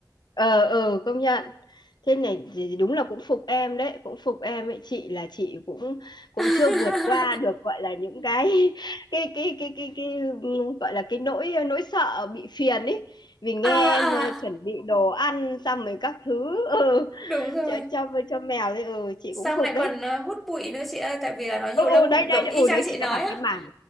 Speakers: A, on the left; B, in the centre.
A: ờ ừ, công nhận thế này thì đúng là cũng phục em đấy cũng phục em ấy chị là chị cũng cũng
B: <laughs>
A: chưa vượt qua được gọi là những cái <laughs> cái cái cái cái, cái, ừm, gọi là cái nỗi nỗi sợ bị phiền ấy vì nghe
B: à, à,
A: em ờ, chuẩn bị đồ ăn xong rồi các thứ ừ,
B: đúng rồi
A: cho cho cho mèo đấy ừ chị
B: xong
A: cũng phục
B: lại
A: đấy
B: còn ờ, hút bụi nữa chị ơi tại vì là nó nhiều
A: ừ,
B: lông
A: ừ đấy đấy
B: giống
A: đấy,
B: y
A: ừ
B: chang
A: đấy
B: chị
A: chị
B: nói
A: đã bảo
B: á
A: cái màn